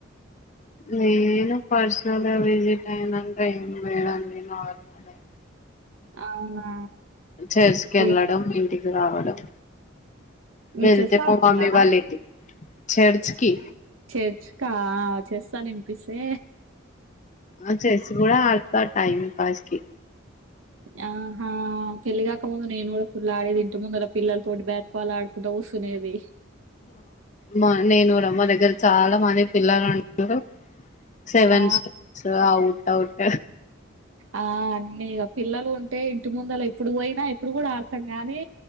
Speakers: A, on the left (about 35°); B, on the right (about 80°).
A: నేను పర్సనల్గా విజిట్ అయిన టైం లేదండి నార్మలే
B: అవునా
A: చర్చ్ కెళ్ళడం
B: ఏ
A: ఇంటికి రావడం
B: మీరు
A: వెళ్తే
B: చెస్ ఆడతారా
A: బావుండే వాళ్ళ ఇంటికి చర్చకి
B: చర్చ్కా చేస్తాను వినిపిస్తే
A: ఆ చెస్ కూడా ఆడతా టైం పాస్ కి
B: ఆహా కెలిగాకు అడ ముందు నేను కూడా ఫుల్ ఆడే ఇంటి ముందు అలా పిల్లతోటి బ్యాట్ బాల్ ఆడుకుంటా వసునేది
A: మా నేను రమ్మ దగ్గర చాలా మంది పిల్లగాండ్లు సెవెన్
B: ఆ
A: స్టార్స్ ఔట్ అఔట్
B: ఆ అన్నీ పిల్లలు ఉంటే ఇంటి ముందులా ఎప్పుడు పోయినా ఇప్పుడు కూడా ఆడతాం గానీ